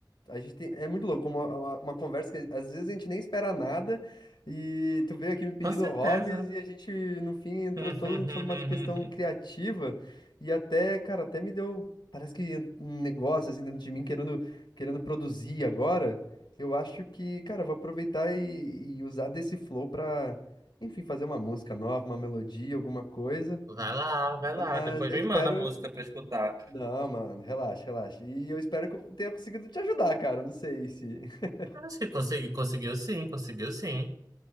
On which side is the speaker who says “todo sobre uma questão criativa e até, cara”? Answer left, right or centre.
Left